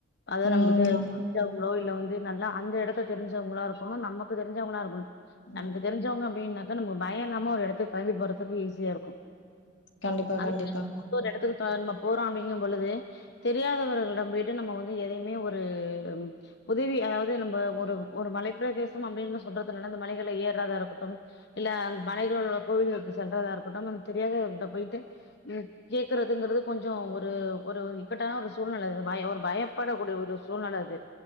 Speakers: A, on the left; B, on the left.
A: அத
B: ம்
A: நமக்கு தெ தெரிஞ்சவங்களோ
B: ஆமா
A: இல்ல வந்து நல்லா அந்த எடத்த தெரிஞ்சவங்களா இருக்குனு நம்ம க்கு தெரிஞ்சவங்களா இருக்கனு
B: ம்
A: நமக்கு தெரிஞ்சவங்க அப்டின்னாக் க நமக்கு பய இல்லாம ஒரு எடத்து கெளம்பி போறதுக்கு ஈஸியா இருக்கு
B: கண்டிப்பா
A: அதவிட
B: கண்டிப்பா
A: இன்னொரு எடத்துக்குதா நம போறோ அப்டிங்கம் பொழுது தெரியாதவர்களிடம் போய்ட்டு நம்ம வந்து எதையுமே ஒரு ம் உதவி அதாவ்து நம்ப ஒரு ஒரு மலைப்பிரதேசம் அப்டின்னு சொல்றதுனால அந்த மலைகள ஏறதா இருக்கட்டும் இல்ல அங் மலைகளோட கோவில்களுக்கு செல்றதா இருக்கட்டும் நமக் தெரியாதவர்கள்ட்ட போயிட்டு ம் கேக்குறதுங்கறது கொஞ்சோ ஒரு ஒரு இக்கட்டான ஒரு சூழ்நில பயோ ஒரு பயப்படக்கூடிய ஒரு சூழ்நில அது